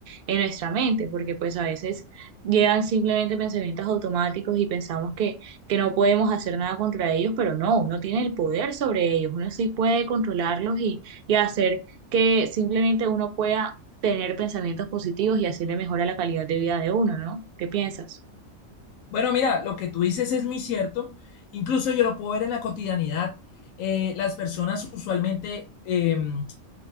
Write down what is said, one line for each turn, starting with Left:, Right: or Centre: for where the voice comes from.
Right: en nuestra mente, porque pues a veces llegan simplemente pensamientos automáticos y pensamos que, que no podemos hacer nada contra ellos, pero no, uno tiene el poder sobre ellos, uno sí puede controlarlos y, y hacer que simplemente uno pueda tener pensamientos positivos y así le mejora la calidad de vida de uno, ¿no? ¿Qué piensas?
Left: Bueno, mira, lo que tú dices es muy cierto. Incluso yo lo puedo ver en la cotidianidad. Eh, las personas usualmente em,